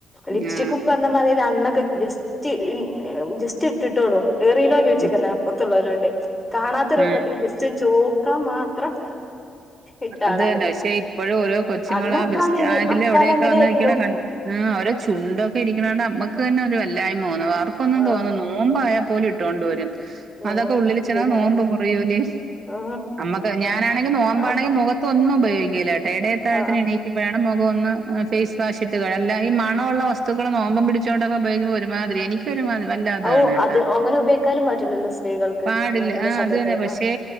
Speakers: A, on the left; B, on the right.
A: ലിപ്സ്റ്റിക്
B: ആ
A: ഇപ്പറഞ്ഞ മാതിരി അന്നൊക്കെ ജസ് ജസ്റ്റ് ജസ്റ്റ് ഇട്ടിട്ടോളൂ ഏറീണോ ചോയ്ച്ചക്ക
B: ഉം
A: അപ്പറത്തുള്ളരോണ്ട് കാണാത്ത രൂപത്തിൽ
B: ആ
A: ജസ്റ്റ് ഒന്ന് ചോക്കാൻ മാത്രം ഇട്ട
B: അത്
A: ആളാണ്
B: തന്നെ
A: ഞാൻ
B: പക്ഷെ ഇപ്പോഴും ഓരോ കൊച്ചുങ്ങള്
A: അന്ന്
B: ആ
A: അക്കാലം
B: ബസ് സ്റ്റാൻഡില്
A: ഇനി അക്കാലം
B: എവിടെയൊക്കെ
A: അങ്ങനെയായിരുന്നു
B: വന്ന് നിക്കണ കണ്ട് ആ ഓരോ ചുണ്ടൊക്കെ ഇരിക്കണ കണ്ടാ നമ്മുക്ക് തന്നെ ഒരു വല്ലായ്മ തോന്നും അവർക്കൊന്നും
A: ആ
B: തോന്നുന്നു നോമ്പായാൽപോലും ഇട്ടോണ്ട് വരും
A: നോ
B: അതൊക്കെ ഉള്ളില് ചെന്നാൽ
A: ശരിയാണ്
B: നോമ്പ് മുറിയൂലേ
A: ആ
B: നമ്മക്ക് ഞാനാണെങ്കി നോമ്പാ
A: ആ
B: മുഖത്തൊന്നും ഉപയോഗിക്കില്ല കേട്ടോ ഇടയത്തഴത്തിന്
A: ആ
B: എണീ ഇപ്പഴാണ് മുഖം ഒന്ന് ഫേസ് വാഷിട്ട് കഴുക അല്ല ഈ മണുമുള്ള വസ്തുക്കൾ നോമ്പും പിടിച്ചുകൊണ്ട് ഉപയോഗിക്കുമ്പോൾ ഒരുമാതിരി എനിക്ക് ഇത് ഒരുമാതിരി വല്ലാതെ
A: ഔ
B: ആണ്‌ട്ടാ
A: അത് അങ്ങനെ ഉപയോഗിക്കാനും പറ്റില്ലല്ലോ സ്ത്രീകൾക്ക്
B: പാടില്ല
A: നോമ്പിന്റെ
B: ആ
A: സമയത്ത്
B: അത് തന്നെ പക്ഷേ
A: ആ